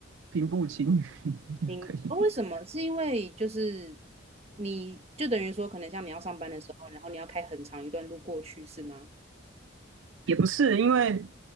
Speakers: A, on the right (about 75°); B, on the right (about 30°).
A: 平步青云，<laughs> 就可以。
B: 明，哦为什么？是因为就是你就等于说，可能像你要上班的时候，然后你要开很长一段路过去，是吗？
A: 也不是，因为